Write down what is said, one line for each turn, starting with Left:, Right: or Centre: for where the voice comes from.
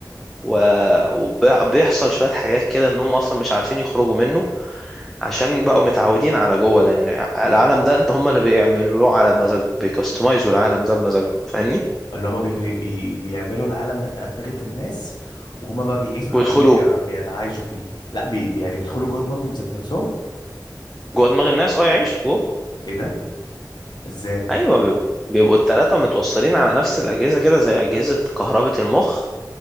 Centre: و... وبيحصل شوية حاجات كده إن هم أصلا مش عارفين يخرجوا منه عشان بقوا متعودين على جوه لان العالم ده انت هم اللي بيعملوه على مزاجهم بيكستمايزوا العالم ده بمزاجهم فاهمني
Left: اللي هما بي بي بيعملوا العالم ده في أدمغة الناس وهما بقى بيعيشوا حواليهم
Centre: ويدخلوا
Left: بي بيتعايشوا فيه لا بي بي- يعني بيدخلوا جوه دماغهم ذات نفسهم
Centre: جوه دماغ الناس اه يعيشوا جوه
Left: ايه ده ازاي
Centre: ايوه بيب- بيبقوا التلاتة متوصلين على نفس الاجهزه كده زي اجهزه كهربة المخ